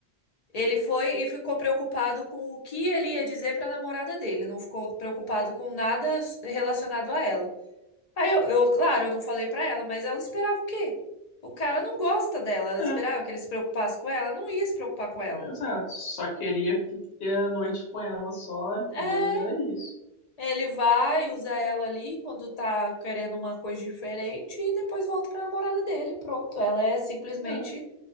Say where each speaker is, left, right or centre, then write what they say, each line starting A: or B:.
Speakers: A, on the left; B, on the left.
A: ele foi e ficou preocupado com o que ele ia dizer pra namorada dele. Não ficou preocupado com nada relacionado a ela. Aí eu, eu, claro, eu não falei pra ela, mas ela esperava o quê? O cara não gosta dela. Ela
B: É,
A: esperava que ele se preocupasse com ela. Não ia se preocupar com ela.
B: exato. Só queria ter a noite com ela só, entendeu?
A: É,
B: E era isso.
A: Ele vai, usa ela ali quando tá querendo uma coisa diferente e depois volta pra namorada dele. Pronto, ela é simplesmente,
B: É.